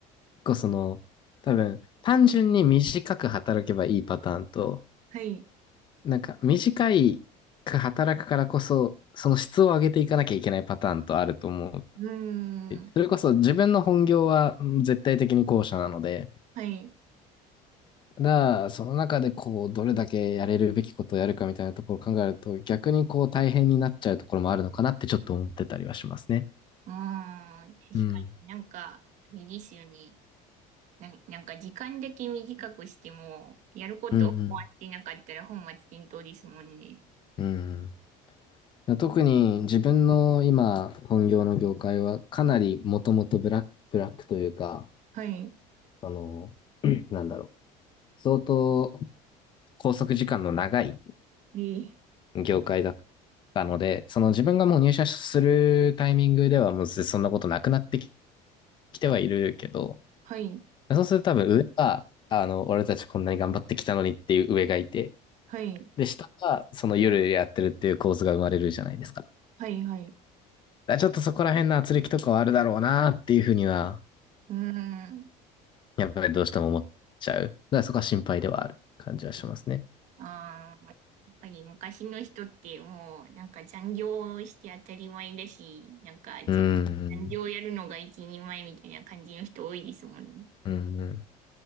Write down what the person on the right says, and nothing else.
はい。
うーん。
はい。
うーん。確かになんか、
いいですよね。な、なんか時間だけ短くしても、やること終わってなかったら本末転倒ですもんね。
はい。
えー
はい。
はい。
はい。はい。
うーん。
ああやっぱり昔の人ってもう、なんか残業して当たり前だし、なんか残残業やるのが一人前みたいな感じの人多いですもんね。